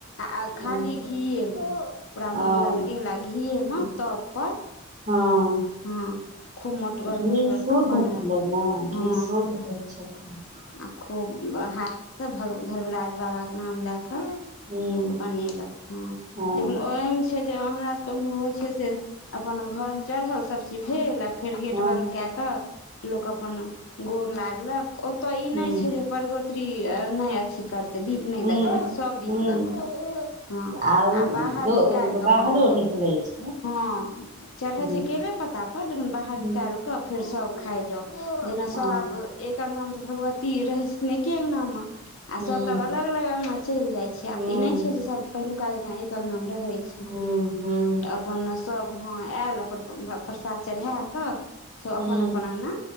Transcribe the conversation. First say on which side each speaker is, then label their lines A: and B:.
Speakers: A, on the left; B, on the right.
A: आ खाली
B: हूँ
A: घी मे पूरा मलल
B: ओ
A: गेल आ घीये
B: हूँ
A: मे तब पर
B: हँ
A: हँ खूब मोटगर
B: घी
A: मोटगर
B: शुद्ध
A: के बनल
B: भेलै ने घी
A: हँ
B: शुद्ध भेल होइ छै।
A: आ खूब हाथसँ भगवान धर्मराज बाबाके नाम लए कऽ
B: हूँ
A: लोक बनेलक हँ
B: हँ
A: लेकिन ओहिमे जे हमरा सबके उम्हर होइ छै से, अपन घर मे चढ़ल, सब चीज भेल। फेर गेट
B: हँ
A: बंद कए कऽ, लोक अपन गोर लागलक, ओतय ई नहि
B: हूँ
A: छै जे परगोतरी नहि अथी करतै, दीप नहि
B: हुं
A: देखलक, सब
B: हुं
A: दीप देखलक। हँ,
B: आउ
A: आ बाहर
B: दो
A: निकालि कऽ
B: बाहरो
A: अपन खाउ,
B: निकलै छै
A: हँ। चढ़ै
B: हुं
A: छै केले पत्ता पर, लेकिन बाहर
B: हुं
A: निकालि कऽ फेर सब खाइ जाउ, जेना
B: हँ
A: सब आब एक अंगनामे तऽ भगवती रहै छथिन एके अंगनामे। आ
B: हुं
A: सब त आब अलग -अलग अंगना मे चलि जाय छै, आब
B: हुं
A: तऽ ई नहि छै जे सब पहिलुका जेका एक अंगना मे रहै छै। तऽ
B: हुं हुं
A: अपन सभ ह, आयल अपन प्रसाद चढ़ा कऽ सब
B: हुं
A: अपन- अपन अंगना